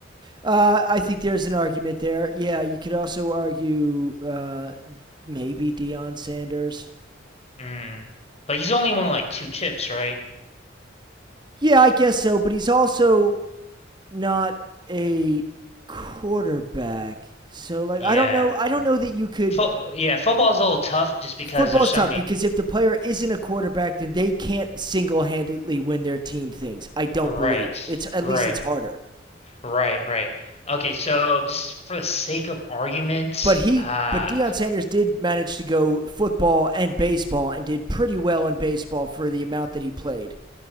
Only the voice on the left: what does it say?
Mm. But he's only won like two chips, right?
Yeah.
Fo yeah, football's a little tough just because
there's so
many.
Right.
Right.
Right, right. Okay, so just for the sake of argument,
uh